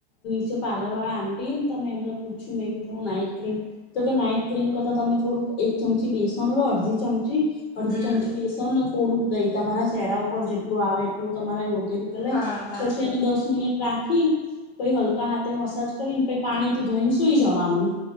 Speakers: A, on the left; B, on the left.
A: ું પારલર. મ તમે એમને પૂછ્યું મેં કીધું નાઈટ ક્રીમ તો કે નાઈટ ક્રીમ કરતા તમે થોડુંક એક ચમચી બેસન લો અડધી ચમચી. અડધી
B: હમ
A: ચમચી બેસનને થોડુંક દઈ તમારા ચહેરા ઉપર જેટલું આવે એટલું તમારે યોગ્ય રીતે લઈ
B: હા હા
A: પછી એને દસ મિનિટ રાખી પછ હલકા હાથે મસાજ. પાણીથી ધોઈ સુઈ જવાનું